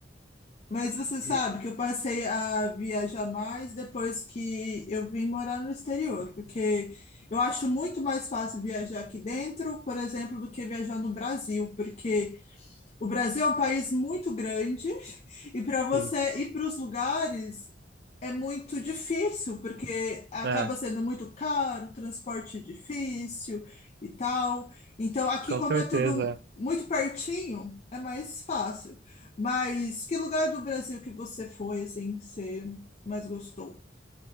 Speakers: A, on the left; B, on the right.
A: mas você sabe
B: E,
A: que eu passei a viajar mais depois que eu vim morar no exterior, porque eu acho muito mais fácil viajar aqui dentro, por exemplo, do que viajar no Brasil, porque... O Brasil é um país muito grande <laughs> e para você
B: sim,
A: ir para os lugares é muito difícil, porque acaba
B: é,
A: sendo muito caro, transporte difícil e tal. Então, aqui,
B: com
A: como
B: certeza.
A: é tudo muito pertinho, é mais fácil. Mas que lugar do Brasil que você foi, assim, que você mais gostou?